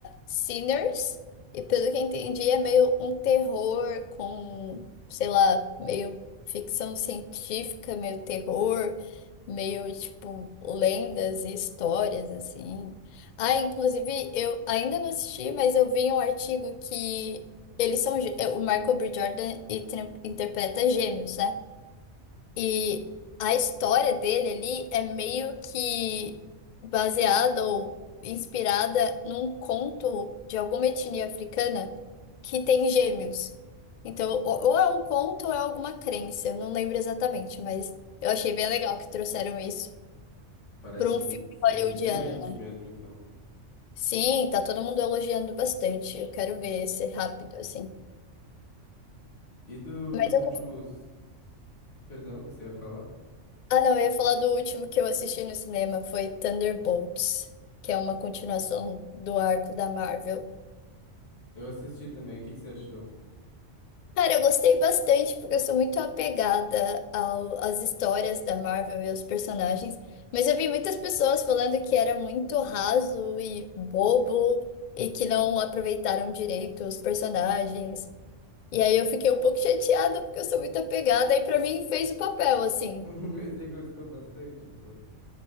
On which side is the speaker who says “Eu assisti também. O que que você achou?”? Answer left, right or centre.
Left